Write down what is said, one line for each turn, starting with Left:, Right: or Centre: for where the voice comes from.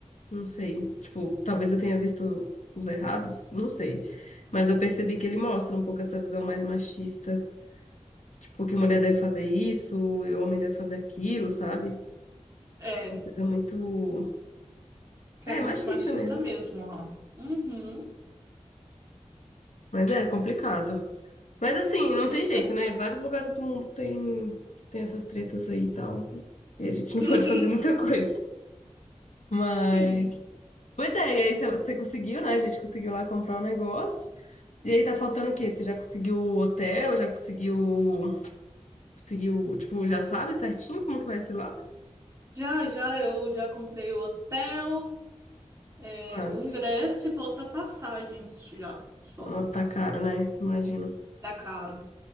Left: Não sei. Tipo, talvez eu tenha visto os errados, não sei. Mas eu percebi que ele mostra um pouco essa visão mais machista. Tipo, que mulher deve fazer isso, e homem deve fazer aquilo, sabe?
Right: é,
Left: Uma coisa muito.
Right: que
Left: É,
Right: é muito
Left: machista
Right: machista
Left: mesmo.
Right: mesmo lá. Uhum,
Left: Mas é complicado. Mas assim, não
Right: pois
Left: tem jeito,
Right: é.
Left: né? Vários lugares do mundo tem, tem essas tretas aí e tal. E a gente não
Right: <laughs>
Left: pode fazer muita <laughs> coisa. Mas.
Right: Sim.
Left: Pois é, e aí você você conseguiu, né? A gente conseguiu lá comprar um negócio. E aí tá faltando o quê? Você já conseguiu o hotel? Já conseguiu. Conseguiu, tipo, já sabe certinho como que vai ser lá?
Right: Já, já, eu já comprei o hotel, é,
Left: Mas,
Right: o ingresso e volta a passagens já, só.
Left: nossa, tá caro, né? Imagino.
Right: Tá caro.